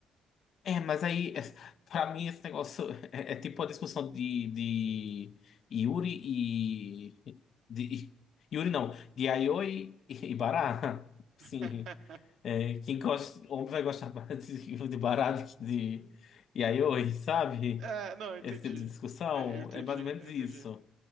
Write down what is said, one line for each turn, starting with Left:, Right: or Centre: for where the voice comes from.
Left: É, mas aí, é, pra mim, esse negócio <laughs> é, é tipo a discussão de, de Yuri e. De, <laughs> Yuri não, de Aioi e, e Bará. <laughs>
Right: <laughs>
Left: Sim. É, quem gosta, homem vai gostar mais de, de Bará do que de Yayoi, sabe?
Right: É, não, eu entendi.
Left: Esse tipo de discussão
Right: Eu eu entendi,
Left: é mais ou menos
Right: eu
Left: isso.
Right: entendi.